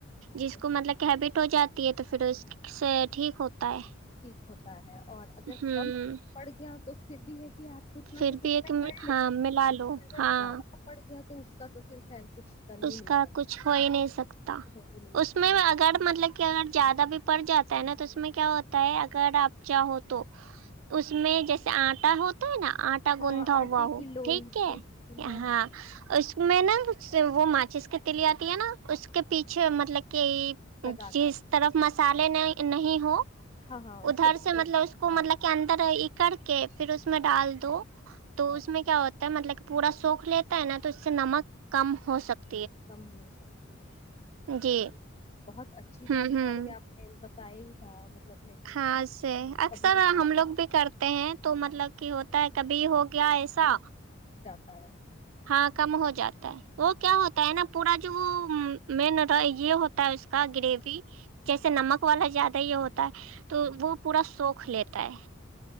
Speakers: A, on the left; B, on the right.
A: بالکل
B: جس کو مطلب کہ ہیبٹ ہو جاتی ہے تو پھر اس سے ٹھیک ہوتا ہے
A: ٹھیک ہوتا ہے اور اگر
B: ہوں
A: کم پڑ گیا تو س بھی ہے کہ آپ کچھ نہ
B: پھر
A: کچھ
B: بھی
A: اس
B: ایک
A: میں کر لیں
B: ہاں
A: گے لیکن
B: ملا لو
A: اگر
B: ہاں
A: زیادہ پڑ گیا تو اس تو پھر خیر کچھ کر
B: اس
A: ہی نہیں
B: کا
A: سکتے
B: کچھ ہو ہی
A: ہاں
B: نہیں سکتا
A: ہو ہی نہیں
B: اس
A: سکتا
B: میں اگر مطلب کہ اگر زیادہ بھی پڑ جاتا ہے نا تو اس میں کیا ہوتا ہے اگر آپ چاہو تو اس میں جیسے آٹا ہوتا ہے نا آٹا گوھا
A: ہاں آٹے
B: ہوا
A: کی
B: ہو
A: لوئی
B: ٹھیک
A: لوئی
B: ہے
A: چولہا
B: ہاں اس میں نا وہ ماچس کے تلی آتی ہے نا اس کے پیچھے مطلب کہ
A: لگا
B: کہ
A: کر
B: جس طرف م سالے نہیں ہو
A: ہاں ہاں اس
B: ادھر
A: کے دوسرے
B: سے مطلب اس کو
A: ہاں
B: مطلب کہ اندر ایک کر کے پھر اس میں ڈال دو
A: اچھا
B: تو اس میں کیا ہوتا ہے مطلب پورا سوکھ لیتا ہے نا تو اس سے نمک کم ہو سکتا
A: کم ہو سکتی ہے اچھا اچھا
B: جی
A: یہ تو بہت اچھی جانکاری
B: ہوں ہوں
A: آپ نے تائی ہاں مطلب ہے کہ
B: ہاں
A: اس کو
B: سے اکثر
A: کبھی ہاں
B: ہم لوگ بھی کرتے ہیں تو مطلب کہ ہوتا ہے کبھی ہو گیا ایسا
A: سر
B: ہاں کم ہو جاتا ہے وہ کیا
A: ہو
B: ہوتا
A: ہوں
B: ہے نا پورا جو جو وہ م یہ ہوتا ہے اس کا گریوی جیسے
A: ہوں
B: نمک والا جاتد ت ہو تو
A: ہوں
B: وہ پورا سوق رکھ لیتا ہے